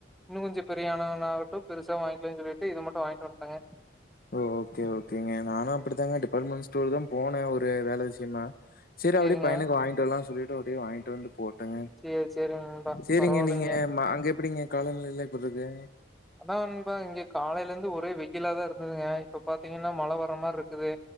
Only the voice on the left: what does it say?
ஓ ஓகே ஓகேங்க நானு அப்டித்தாங்க டிபாட்மெண்ட் ஸ்டோர்தா போனே ஒரு வேல விஷ்யமா சேரி
அப்டியே பையனுக்கு வாய்ன்டு வரலான் சொல்லி ட்டு அப்டியே வாய்ன்ட்டு வந்து போட்டங்க
சேரிங்க
நீங்க ம அங்க எப்டிங்க காலநிலைலா எப்புர்றுக்கு